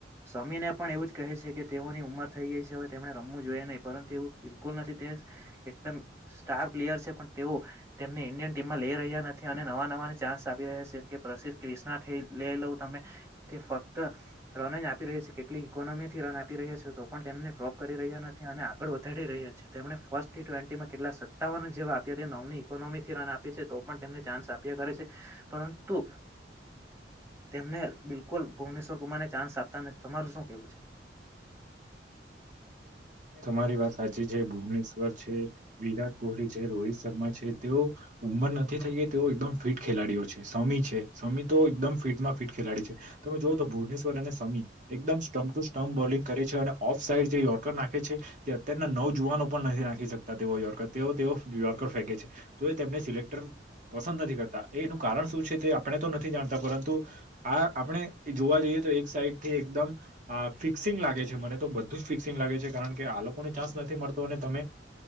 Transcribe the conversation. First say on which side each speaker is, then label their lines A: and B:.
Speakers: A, on the right; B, on the right.
A: સમીને પણ એવું જ કહે છે કે તેઓની ઉંમર થઈ ગઈ છે હવે તેમને રમવું જોઈએ નહીં પરંતુ એવું બિલકુલ નથી તે એકદમ સ્ટાર પ્લેયર છે પણ તેઓ તેમને ઇન્ડિયન ટીમમાં લઈ રહ્યા નથી અને નવા નવાને ચાન્સ આપી રહ્યા છે જેમ કે પ્રસિદ્ધ ક્રિષ્ણા થી લેઈ લઉ તમ તે ફર રન જ આપી રહી છે કેટલી ઇકોનોમી થી રન આપી રહ્યા છે તો પણ તેમને ડ્રોપ કરી રહ્યા નથી અને આગળ વધારી રહ્યા છે તેમણે ફર્સ્ટ ટી ટ્વેન્ટીમાં કેટલા સત્તાવન જેવા આપ્યા તા નવની કોમીથી રન આપે છે તો પણ તેમને ચાન્સ આપ્યા કરે છે પરંતુ તેમ તને બિલકુલ ભુવનેશ્વર કુમારને ચાન્સ આપતા નથી તમારું શું કેવું છે?
B: તમારી વાત સાચી જ જે ભુવનેશ્વર છે વિરાટ કોહલી છે રોહિત શર્મા છે તેઓ ઉંમર નથી થઈ ગઈ તેઓ એકદમ ફિટ ખેલાડીઓ છે સમી છે સમી તો એકદમ ફિટમાં ફિટ ખેલાડી છે તમે જોઓ તો ભુવનેશ્વર અને સમી એકદમ સ્ટમ્પ ટુ સ્ટમ્પ બોલિંગ કરે છે અને ઓફ સાઈડ જે યોર્કર નાખે છે તે અત્યારના નવ જુવાનો પણ નથી રાખી શકતા તેઓ યોર્કર તેઓ તેઓ યોર્કર ફેંકે છે તો એ તેમને સિલેક્ટર પસંદ નથી કરતા એનું કારણ શું છે તે આપણે તો નથી જાણતા પરંતુ આ આપણે એ જોવા જઈએ એક સાઈડ થી એકમ ફિકસિંગ લાગે છે મને તો બધું જ ફિકસિંગ લાગે છે કારણ કે આ લોકોને ચાન્સ નથી મળ તો ને તમે